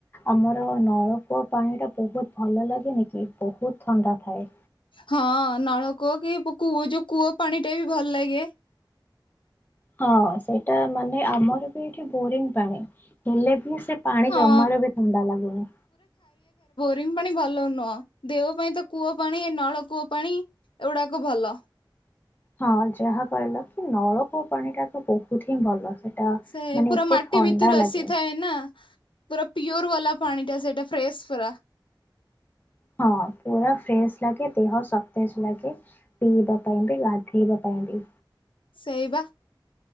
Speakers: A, on the left (about 20°); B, on the left (about 80°).
A: ଆମର ନଳକୂଅ ପାଣି ଟା ବହୁତ ଭଲ ଲାଗେନି କି ବହୁତ ଥଣ୍ଡା ଥାଏ।
B: ହଁ ନଳକୂଅ କି କୂଅ ଯୋଉ କୂଅ ପାଣି ଟା ବି ଭଲ ଲାଗେ।
A: ହଁ ସେଇଟା ମାନେ ଆମର ବି ଏଠି ବୋରିଂ ପାଣି। ହେଲେ ବି ସେ ପାଣି
B: ହଁ
A: ଜମାରୁ ବି ଥଣ୍ଡା ଲାଗୁନି।
B: ରିଂ ପାଣି ଭଲ ନୁହଁ ଦେହ ପାଇଁ ତ କୂଅ ପାଣି ନଳ କୂଅ ପାଣି ଏଗୁଡାକ ଭଲ।
A: ହଁ ଯାହା କହିଲ କି ନଳକୂଉ ପାଣି ଟା ତ ବହୁତ ହିଁ ଭଲ ସେଟା।
B: ସେ
A: ମାନେ
B: ପୁରା
A: ଏତେ
B: ମାଟି
A: ଥଣ୍ଡା
B: ଭିତରୁ
A: ଲାଗେ
B: ଆସିଥାଏ ନା। ପୁରା ପିଓର ବାଲା ପାଣି ଟା ସେଇଟା ଫ୍ରେଶ୍ ପୁରା।
A: ହଁ ପୁରା - ଫ୍ରେଶ ଲାଗେ ଦେହ ସତେଜ ଲାଗେ। ପିଇବା ପାଇଁ ବି ଗାଧେଇବା ଆହୁରି
B: ସେଇବା